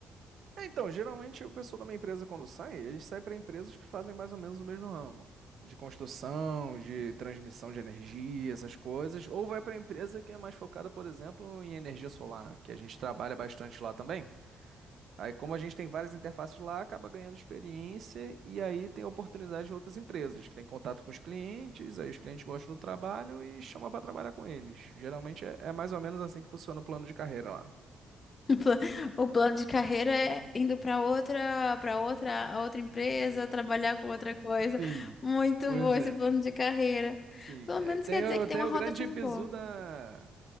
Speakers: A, on the right; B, on the left.
A: É, então, geralmente o pessoal da minha empresa, quando sai, eles saem para empresas que fazem mais ou menos o mesmo ramo. De construção, de transmissão de energia, essas coisas. Ou vai para empresa que é mais focada, por exemplo, em energia solar, que a gente trabalha bastante lá também. Aí, como a gente tem várias interfaces lá, acaba ganhando experiência e aí tem oportunidade de outras empresas, que tem contato com os clientes, aí os clientes gostam do trabalho e chamam para trabalhar com eles. Geralmente é, é mais ou menos assim que funciona o plano de carreira lá.
B: pla- O plano de carreira é indo para outra, para outra, outra empresa, trabalhar com outra coisa.
A: Sim,
B: Muito
A: pois
B: bom esse
A: é.
B: plano de carreira.
A: Sim,
B: Pelo
A: é,
B: menos
A: tem
B: quer dizer
A: o,
B: que tem
A: tem
B: uma
A: o
B: rotativa
A: grande bizu
B: boa.
A: da,